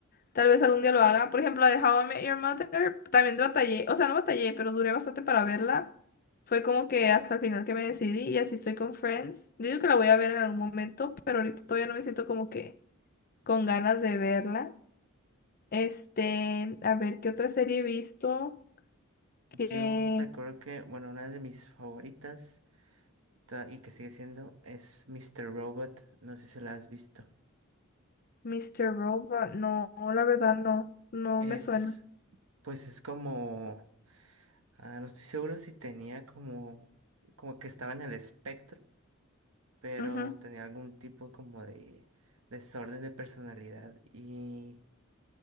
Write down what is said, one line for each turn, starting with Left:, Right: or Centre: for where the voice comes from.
Left: Tal vez algún día lo haga. Por ejemplo, la de How I Met Your Mother, también batallé, o sea, no batallé, pero duré bastante para verla. Fue como que hasta el final que me decidí y así estoy con Friends. Digo que la voy a ver en algún momento, pero ahorita todavía no me siento como que con ganas de verla. Este, a ver, ¿qué otra serie he visto? Que...
Right: Yo recuerdo que, bueno, una de mis favoritas ta- y que sigue siendo es Mr. Robot, no sé si la has visto.
Left: Mr. Robot, no, la verdad no, no
Right: Es,
Left: me suena.
Right: pues es como Ah, no estoy seguro si tenía como, como que estaba en el espectro, pero
Left: Ujú.
Right: tenía algún tipo como de desorden de personalidad y